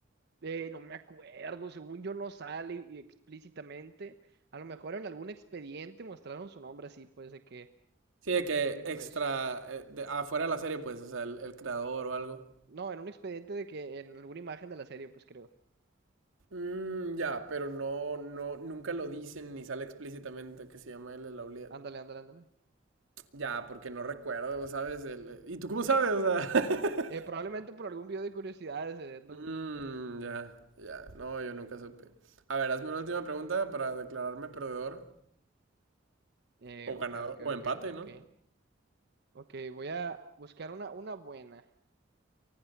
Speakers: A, on the right; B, on the right.
A: Eh, no me acuerdo, según yo no sale y explícitamente. A lo mejor en algún expediente mostraron su nombre así, pues de que,
B: Sí, de que
A: sí, pues.
B: extra, eh, de- afuera de la serie, pues, o sea, el, el creador o algo.
A: No, en un expediente de que en alguna imagen de la serie, pues creo.
B: Mm, ya, pero no, no, nunca lo dicen ni sale explícitamente que se llama L. Lauliet.
A: Ándale, ándale, ándale.
B: Ya, porque no recuerdo, ¿sabes? El- ¿y tú cómo sabes? O sea, <laughs>
A: Eh, probablemente por algún video de curiosidades de Death Note.
B: Mm, ya, ya. No, yo nunca supe. A ver, hazme una última pregunta para declararme perdedor
A: Eh,
B: o
A: ok,
B: ganador
A: ok,
B: o empate,
A: ok, ok.
B: ¿no?
A: Ok, voy a buscar una, una buena.